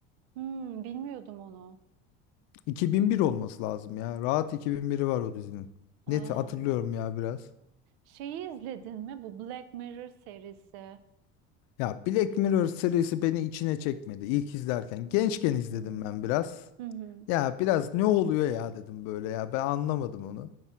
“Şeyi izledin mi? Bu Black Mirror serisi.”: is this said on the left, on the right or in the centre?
Right